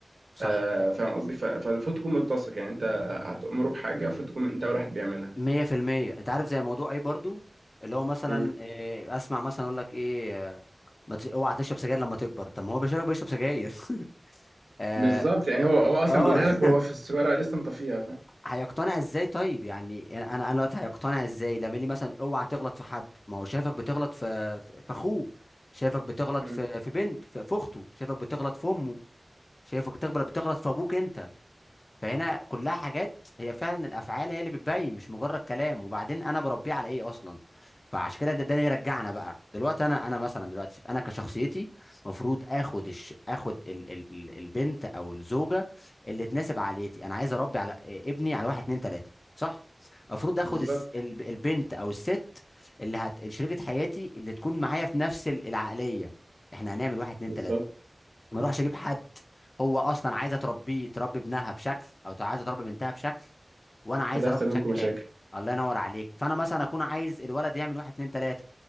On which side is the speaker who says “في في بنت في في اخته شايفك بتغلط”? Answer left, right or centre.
Left